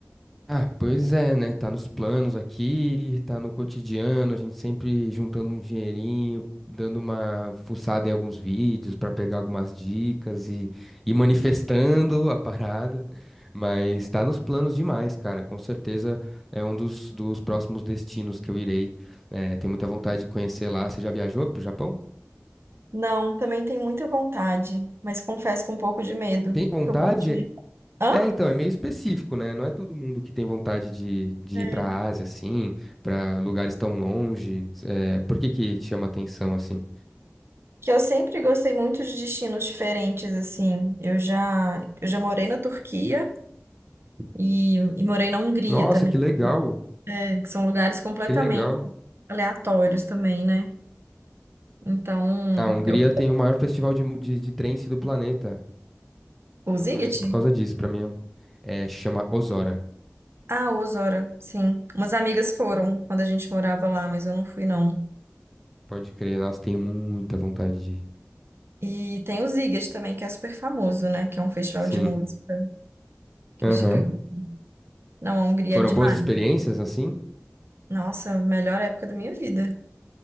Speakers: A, in the centre; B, on the right (about 55°).
A: ah, pois é, né? Tá nos planos aqui, tá no cotidiano, a gente sempre juntando um dinheirinho, dando uma fuçada em alguns vídeos pra pegar algumas dicas e, e manifestando a parada. Mas tá nos planos demais, cara. Com certeza é um dos, dos próximos destinos que eu irei. É, tenho muita vontade de conhecer lá. Você já viajou pro Japão?
B: Não, também tenho muita vontade, mas confesso que um pouco de medo.
A: Tem vontade?
B: Que eu morro de medo. Hã?
A: É, então, é meio específico, né? Não é todo mundo que tem vontade de, de
B: É.
A: ir pra Ásia, assim, pra lugares tão longe. É, por que que te chama atenção, assim?
B: Que eu sempre gostei muito de destinos diferentes, assim. Eu já, eu já morei na Turquia e, e morei na Hungria
A: Nossa,
B: também,
A: que legal,
B: né? que são lugares completamente
A: que legal.
B: aleatórios também, né? Então,
A: A Hungria
B: eu...
A: tem o maior festival de, mu- de, de trance do planeta.
B: O Ziget?
A: Eu conheço por causa disso, pra mim é, é- chama Ozora.
B: Ah, Osora, sim. Umas amigas foram quando a gente morava lá, mas eu não fui, não.
A: Pode crer, nossa, tenho muita vontade de ir.
B: E tem o Sziget também, que é super famoso, né? Que é um festival
A: Sim,
B: de música, que
A: aham.
B: é gigante. Não, a Hungria
A: Foram
B: é demais.
A: boas experiências, assim?
B: Nossa, a melhor época da minha vida